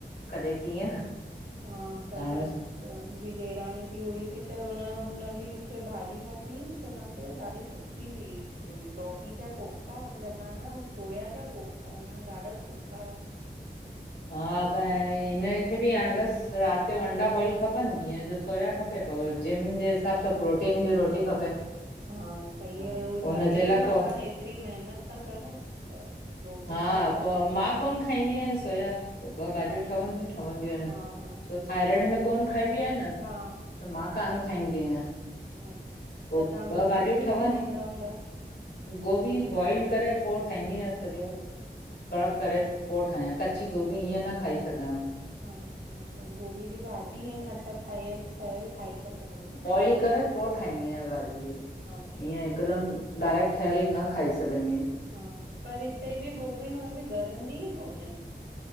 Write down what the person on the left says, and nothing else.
कॾहिं कीअं
त हाणे
हा त हिनखे बि हाणे बसि राति जो अंडा बॉइल खपनि ॾीअं जो सोया खपे। पो जिम जे हिसाब सां प्रोटीन जी रोटी खपे।
हुनजे
लाइ
पोइ
हा
पो
मां कोन खाईंदी आहियां सोया पो ॿ भाॼियूं
ठवंदीयूं ठवंदीयूं आहिनि।
छो थाइरॉइड
में कोन्ह खाइबी आहे न,
त मां कान खाईंदी आहियां।
पोइ
ॿ
भाॼियूं
ठहनि
गोभी बॉइल करे पो ठाहींदी आहियां सॼो, कड़क
करे। पो ठाहियां कची गोभी इअं न खाई सघां हां।
बी‌ करे पो ठ ठाईंदी आहियां भाॼी,
ईअं
हिकदमि डायरेक्ट ठहियल न खाई सघंदी आं।